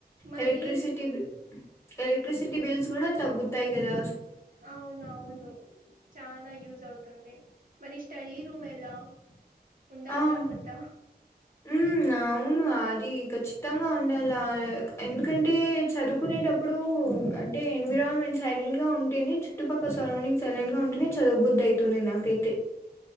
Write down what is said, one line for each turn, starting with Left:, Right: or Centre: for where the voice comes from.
Right: మరి
Left: ఎలక్ట్రసిటీి బి ఎలక్ట్రిసిటీ బిల్స్ కూడా తగ్గుతాయి కదా
Right: అవునవును చనా యూస్ అవు తుంది మరి స్టడీ రూమ్ ఎలా ఉండాలా
Left: ఆ!
Right: వద్ద
Left: ఉమ్ అవును అది ఖచ్చితంగా ఉండాల ఎందుకంటే చదువుకునేటప్పుడు అంటే ఎన్విరాన్మెంట్ సైలెంట్ గా ఉంటేనే చుట్టుపక్కల సరౌండింగ్ సైలెంట్గా ఉంటేనే చదువుబుద్ది అయితుంది నాకు పెతి